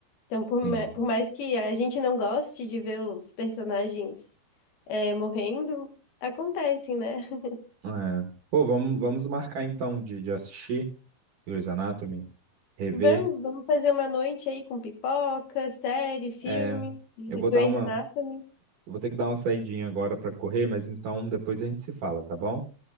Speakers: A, on the left; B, on the right.
A: Então, por,
B: Sim.
A: ma- por mais que a gente não goste de ver os personagens é, morrendo, acontecem, né? <laughs>
B: É. Pô, vamos, vamos marcar então de, de assistir Grey's Anatomy, rever.
A: Vamos, vamos fazer uma noite aí com pipoca, série, filme,
B: É, eu
A: The
B: vou dar
A: Grey's
B: uma,
A: Anatomy.
B: eu vou ter que dar uma saidinha agora para correr, mas então depois a gente se fala, tá bom?